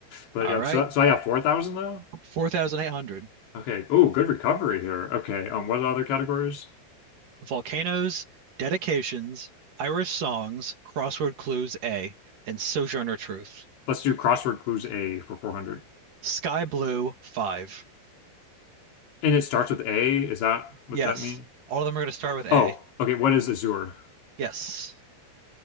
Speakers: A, on the left (about 65°); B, on the right (about 45°).
A: But
B: All
A: yeah,
B: right.
A: so, so I got 4,000 now?
B: 4,800.
A: Okay. Oh, good recovery here. Okay. Um, what are the other categories?
B: Volcanoes, Dedications, Irish Songs, Crossword Clues A, and Sojourner Truth.
A: Let's do crossword clues A for 400.
B: Sky Blue 5.
A: And it starts with A. Is that what
B: Yes.
A: that mean?
B: All of them are going to start with A.
A: Oh, okay. What is Azure?
B: Yes.